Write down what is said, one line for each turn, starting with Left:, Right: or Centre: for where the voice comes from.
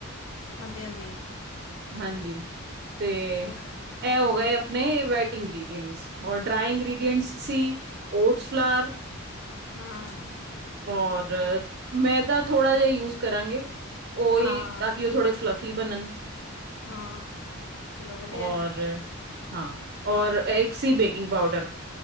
Left: ਹਾਂਜੀ ਹਾਂਜੀ
Right: ਹਾਂਜੀ। ਤੇ ਇਹ
Left: ਵ-
Right: ਹੋਗੇ ਆਪਣੇ ਵੈਟਿੰਗ ਗ੍ਰੀਫ। ਔਰ ਡਰਾਈ ਇੰਗ੍ਰੀਡੀਐਂਟ ਸੀ ਓਟ ਫਲਾਰ।
Left: ਹੂੰ।
Right: ਔਰ ਮੈਦਾ ਥੋੜ੍ਹਾ ਜਿਹਾ ਯੂਜ ਕਰਾਂਗੇ ਉਹੀ
Left: ਹਾਂ ਹਾਂ
Right: ਤਾਂ ਕਿ ਉਹ ਥੋੜੇ ਫਲਫੀ ਬਣਨ।
Left: ਹਾਂ ਚਲੋ ਵਧੀਆ
Right: ਔਰ ਹਾਂ ਔਰ ਇੱਕ ਸੀ ਬੇਕਿੰਗ ਪਾਊਡਰ